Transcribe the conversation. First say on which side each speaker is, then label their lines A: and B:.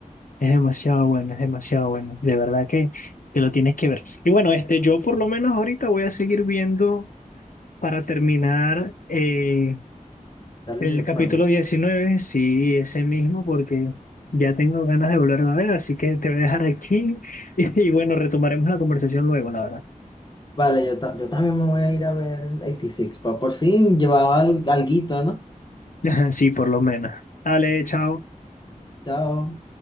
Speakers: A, on the left; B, on the left.
A: Es demasiado bueno, es demasiado bueno. De verdad que, que lo tienes que ver. Y bueno, este, yo por lo menos ahorita voy a seguir viendo para terminar. eh,
B: Darling
A: El
B: in the
A: capítulo
B: France.
A: 19 sí, ese mismo, porque ya tengo ganas de volverlo a ver, así que te voy a dejar aquí <laughs> y, y bueno, retomaremos la conversación luego, la verdad.
B: Vale, yo, ta- yo también me voy a ir a ver 86. Pa por fin llevaba algo, alguito, ¿no?
A: <laughs> Sí, por lo menos. Dale, chao.
B: Chao.